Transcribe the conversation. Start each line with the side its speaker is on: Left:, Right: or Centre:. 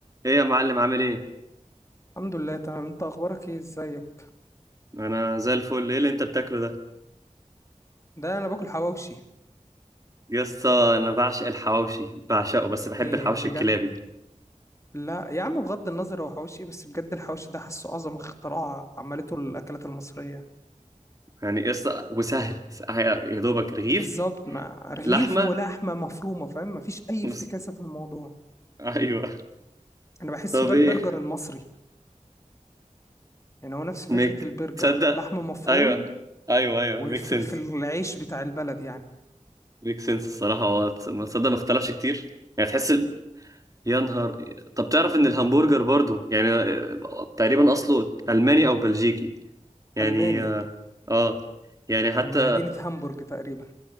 Right: ايه يا معلم عامل ايه
Left: الحمد لله تمام انت اخبارك ايه ازيك
Right: انا زي الفل ايه اللي انت بتاكله ده
Left: ده انا باكل حواوشي
Right: يسطا انا بعشق الحواوشي بعشقه بس
Left: يا
Right: بحب
Left: ابني
Right: الحواوشي
Left: بجد
Right: الكلابي
Left: لا يا عم بغض النظر هو حواوشي إيه، بس بجد الحواوشي ده حاسه اعظم اختراع عملته الاكلات المصريه
Right: يعني يسطا وسهل يا دوبك رغيف
Left: بالظبط مع رغيف
Right: لحمه
Left: ولحمه مفرومه فاهم مفيش اي
Right: وس...
Left: افتكاسه في الموضوع
Right: ايوه
Left: انا بحسه
Right: طب
Left: ده
Right: ايه
Left: البرجر المصري يعني هو نفس
Right: ميك
Left: فكره البرجر
Right: تصدق
Left: لحمه مفروم
Right: ايوه ايوه ايوه
Left: وفلفل
Right: ميك سنس
Left: العيش بتاع البلد يعني
Right: ميك سنس الصراحه هو تص- ما تصدق ما اختلفش كتير يعني تحس ال... يا نهار طب تعرف ان الهمبرجر برضو يعني آه، تقريبا اصله الماني او بلجيكي يعني
Left: الماني
Right: اه آه. يعني حتى
Left: من مدينه هامبورج تقريبا